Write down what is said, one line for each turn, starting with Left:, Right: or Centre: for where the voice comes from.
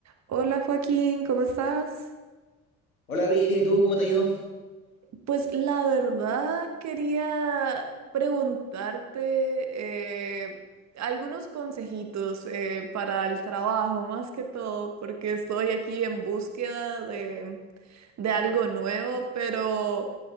Right: Hola Joaquín, ¿cómo estás?
Left: Hola, Vivi, bien, ¿y tú cómo te ha ido?
Right: Pues la verdad quería preguntarte eh, algunos consejitos eh, para el trabajo, más que todo, porque estoy aquí en búsqueda de, de algo nuevo, pero